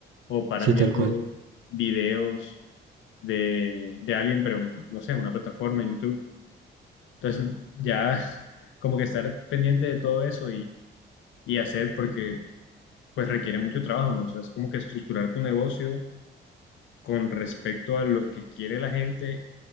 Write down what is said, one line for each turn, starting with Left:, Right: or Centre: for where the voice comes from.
Left: o paran
Right: sí,
Left: viendo
Right: tal cual.
Left: videos de, de alguien, pero en, no sé, en una plataforma, en YouTube. Entonces, ya <laughs> como que estar pendiente de todo eso y, y hacer, porque pues requiere mucho trabajo, ¿no? O sea, es como que estructurar tu negocio con respecto a lo que quiere la gente,